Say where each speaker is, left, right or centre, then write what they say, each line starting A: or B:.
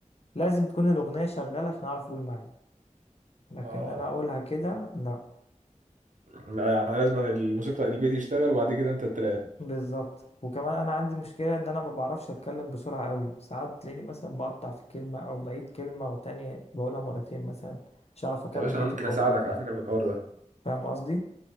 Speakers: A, on the left (about 50°); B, on the right (about 75°).
A: لازم تكون الاغنيه شغاله عشان اعرف اقول معاها لكن
B: اه
A: انا اقولها كده لا
B: لا يعني لازم الموسيقى البيت يشتغل وبعد كده انت تراب
A: بالظبط وكمان انا عندي مشكله ان انا ما بعرفش اتكلم بسرعه قوي ساعات تلاقيني مثلا بقطع في كلمه او بعيد كلمه وتانية بقولها مرتين مثلا مش عارف اكمل
B: يا باشا
A: بقيه
B: انا ممكن
A: الجمله
B: اساعدك على فكره في الحوار ده
A: فاهم قصدي